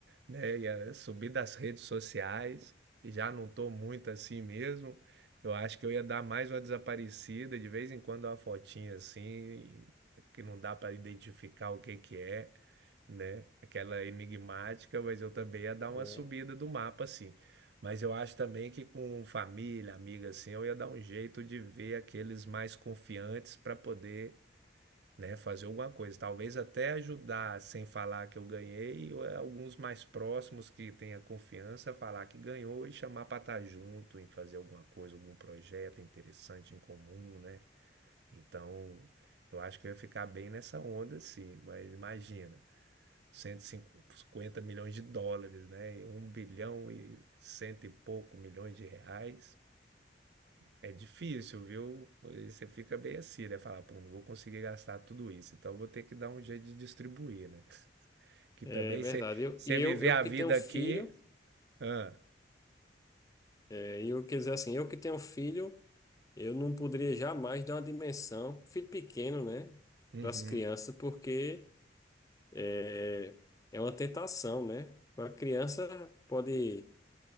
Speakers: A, on the right; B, on the left.
A: né? E eh, subi das redes sociais, e já não tô muito assim mesmo. Eu acho que eu ia dar mais uma desaparecida, de vez em quando uma fotinha assim, que não dá para identificar o que que é, né? Aquela enigmática, mas eu também ia dar uma
B: É,
A: subida do mapa assim. Mas eu acho também que com família, amiga assim, eu ia dar um jeito de ver aqueles mais confiantes para poder né? Fazer alguma coisa, talvez até ajudar sem falar que eu ganhei, ou é alguns mais próximos que tenha confiança falar que ganhou e chamar para estar junto em fazer alguma coisa, algum projeto interessante em comum, né? Então, eu acho que eu ia ficar bem nessa onda, sim, mas imagina. cento e cinquenta milhões de dólares, né? Um bilhão e cento e pouco milhões de reais. É difícil, viu? Você fica bem assim, né? Falar, pô, não vou conseguir gastar tudo isso, então vou ter que dar um jeito de distribuir, né? <laughs> Que
B: é
A: também
B: verdade.
A: você
B: Eu,
A: você
B: e eu,
A: viver
B: eu
A: a
B: que
A: vida
B: tenho filho,
A: aqui. Ah,
B: é, e eu quer dizer assim, eu que tenho filho, eu não poderia jamais dar uma dimensão, filho pequeno, né?
A: uhum.
B: Para as crianças, porque é, é uma tentação, né? A criança pode,